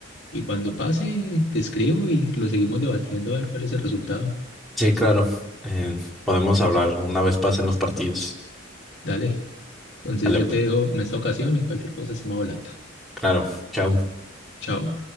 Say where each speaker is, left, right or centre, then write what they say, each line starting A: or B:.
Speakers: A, on the left; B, in the centre.
A: y cuando pase te escribo y lo seguimos debatiendo a ver cuál es el resultado.
B: Sí, claro. Eh, podemos hablar una vez pasen los partidos.
A: Dale, entonces
B: Vale,
A: yo te dejo en esta ocasión y cualquier cosa estamos hablando.
B: claro. Chao.
A: Chao.